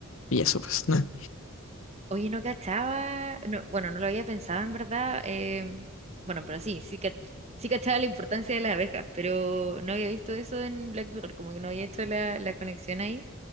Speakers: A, on the left (about 70°); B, on the right (about 30°).
A: Y eso, pues, ¿no?
B: Oye, no cachaba. No, bueno, no lo había pensado en verdad. em, bueno, pero sí, sí que sí cachaba la importancia de las abejas, pero no había visto eso en Black Mirror, como que no había hecho la, la conexión ahí.